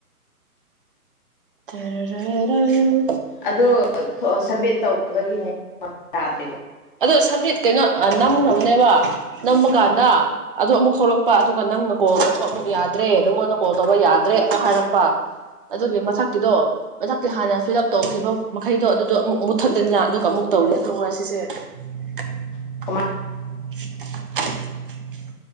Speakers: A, on the right (about 35°); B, on the left (about 30°).
A: ꯆꯔꯔꯔ
B: ꯑꯗ ꯁꯕꯃꯤꯠ ꯇꯧꯕꯒꯤꯅꯦ ꯌꯥꯗ꯭ꯔꯤ
A: ꯑꯗꯣ ꯁꯃꯤꯠ ꯀꯩꯅꯣ ꯅꯝꯈ꯭ꯔꯕꯅꯦꯕ ꯅꯃꯀꯥꯟꯗ ꯑꯗꯨ ꯑꯃꯨꯛ ꯊꯣꯛꯂꯛꯄ ꯑꯗꯨꯒ ꯅꯪꯅ ꯀꯣꯜ ꯇꯧꯕ ꯑꯃꯨꯛ ꯌꯥꯗ꯭ꯔꯦ ꯅꯪꯉꯣꯟꯗ ꯀꯣꯜ ꯇꯧꯕ ꯌꯥꯗ꯭ꯔꯦ ꯑꯃ ꯍꯥꯏꯔꯛꯄ ꯑꯗꯨꯒꯤ ꯃꯊꯛꯇꯤꯗꯣ ꯃꯊꯛꯇꯤ ꯍꯥꯟꯅ ꯐꯤꯜ ꯑꯞ ꯇꯧꯈꯤꯕ ꯃꯈꯩꯗꯣ ꯑꯗꯨꯗꯣ ꯑꯃꯨꯛ ꯃꯨꯠꯊꯠꯂꯅꯤꯅ ꯑꯗꯨꯒ ꯑꯃꯨꯛ ꯇꯧꯔꯦꯅ ꯈꯪꯈ꯭ꯔꯦ ꯁꯤꯁꯦ <unintelligible>
B: ꯀꯃꯥꯏ